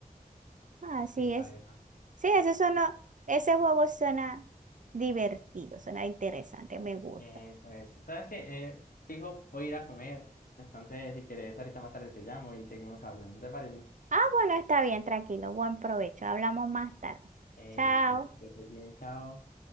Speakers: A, on the right; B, on the left.
A: Ah, sí,
B: Epa,
A: es.
B: epa.
A: Sí, eso suena, ese juego suena divertido, suena interesante, me gusta.
B: Eso, es. ¿Sabes qué? Eh, fijo, voy a ir a comer. Entonces, si quieres, ahorita más tarde te llamo y seguimos hablando, ¿te parece?
A: Ah, bueno, está bien, tranquilo. Buen provecho. Hablamos más tarde.
B: Eh,
A: Chao.
B: listo, listo, que estés bien, chao.